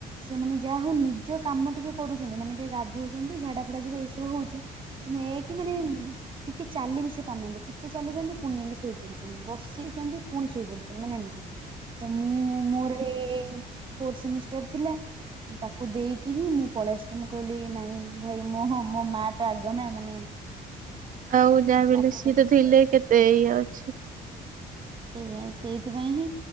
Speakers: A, on the right; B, on the right.
A: ସେମାନେ ଯାହା ହଉ ନିଜ କାମ ଟିକେ କରୁଛନ୍ତି ମାନେ ଟିକେ ଗାଧୋଉଛନ୍ତି ଝାଡା ଫାଡା ଯିବେ ଏଇ ସବୁ ହଉଛି। କିନ୍ତୁ ଏଇଆ କି ମାନେ ଟିକେ ଚାଲି ବି ସେ ପାରୁନାହାନ୍ତି ଟିକେ ଚାଲୁଛନ୍ତି ପୁଣି ଯାଇକି ଶୋଇପଡୁଛନ୍ତି, ବସିଛନ୍ତି ପୁଣି ଶୋଇପଡୁଛନ୍ତି, ମାନେ ଏମିତି ତ ମୁଁ ମୋର ଏ ଫୋର୍ ସେମିଷ୍ଟାର ଥିଲା ତାକୁ ଦେଇକି <unintelligible> ମୁଁ ପଳେଇଆସିଲି ମୁଁ କହିଲି ନାଇଁ ଭାଇ ମୋ ମୋ ମା ତ ଆଗ ନା ମାନେ
B: ଆଉ ଯାହାବି
A: ତାକୁ
B: ହେଲେ ସିଏ
A: ଟିକେ
B: ତ
A: ଦେଖିବା
B: ଥିଲେ
A: ଆସେ
B: କେତେ ଇଏ ଅଛି।
A: ସେଇଆ ସେଇଥିପାଇଁ ହିଁ